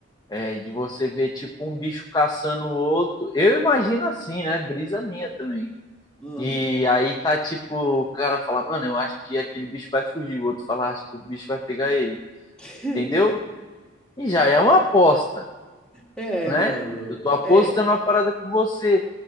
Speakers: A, on the left (about 20°); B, in the centre.
A: é, de você ver tipo um bicho caçando o outro. Eu imagino assim, né? Brisa minha também.
B: Uhum.
A: E aí tá tipo, o cara fala, mano, eu acho que aquele bicho vai fugir, o outro fala, acho que o bicho vai pegar ele,
B: <laughs>
A: entendeu? E já é uma aposta.
B: É,
A: né?
B: mano.
A: Eu tô apostando
B: É,
A: uma parada com você.